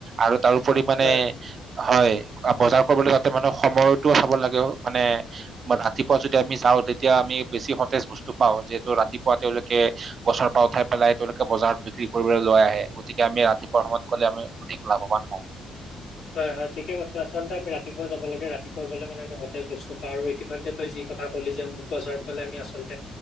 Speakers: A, on the right; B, on the left.
A: আৰু তাৰোপৰি মানে
B: হয়
A: হয় বজাৰ কৰিবলৈ যাওঁতে মানে সময়টো চাব লাগে মানে ৰাতিপুৱা যদি আমি যাওঁ তেতিয়া আমি বেছি সতেজ বস্তু পাওঁ যিহেতু ৰাতিপুৱা তেওঁলোকে গছৰ পৰা উঠাই পেলাই বজাৰত বিক্ৰী কৰিবলৈ লৈ আহে গতিকে আমি ৰাতিপুৱা সময়ত গলে আমি অধিক লাভৱান হওঁ।
B: হয় হয় ঠিকে কৈছা আচলতে আমি ৰাতিপুৱা যাব লাগে ৰাতিপুৱা গলে মানে আমি সতেজ বস্ত পাওঁ আৰু এতি য়া তই যি কথা কলি যে বজাৰত গ'লে আমি আচলতে